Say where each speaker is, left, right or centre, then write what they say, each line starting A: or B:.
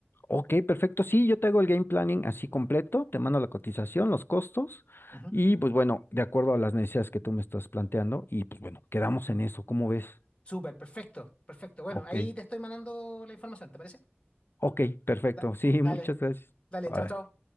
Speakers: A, on the left; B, on the left.
A: Ok, perfecto. Sí, yo te hago el game planning así completo, te mando la cotización, los costos
B: Ujú.
A: y pues bueno, de acuerdo a las necesidades que tú me estás planteando y pues bueno, quedamos en eso, ¿cómo ves?
B: Súper, perfecto. Perfecto. Bueno,
A: Ok,
B: ahí te estoy mandando la información. ¿Te parece?
A: ok, perfecto.
B: Da-
A: <laughs> Sí,
B: dale.
A: muchas gracias.
B: Dale,
A: Órale,
B: chao, chao.